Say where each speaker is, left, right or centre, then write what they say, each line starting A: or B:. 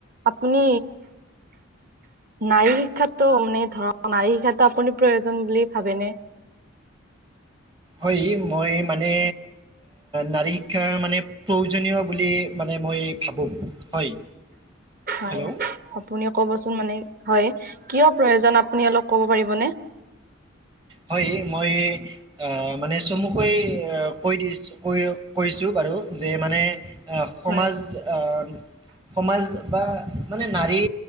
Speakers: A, on the right; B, on the right.
A: আপুনি নাৰী শিক্ষাতো মানে ধৰক নাৰী শিক্ষাতটো আপুনি প্ৰয়োজন বুলি ভাবেনে? <inaudible>
B: হয় মই মানে নাৰী শিক্ষা মানে প্ৰয়োজনীয় বুলি মানে মই ভাবো হয়।
A: হয়
B: হেল্ল'
A: আপুনি কবচোন মানে হয়। কিয় প্ৰয়োজন আপুনি অলপ কব পাৰিবনে?
B: হয়, মই এ আহ মানে চমুকৈ কৈ দিছো কৈ-কৈছোঁ বাৰু। যে মানে সমাজ
A: হয়।
B: আম, সমাজ বা মানে নাৰী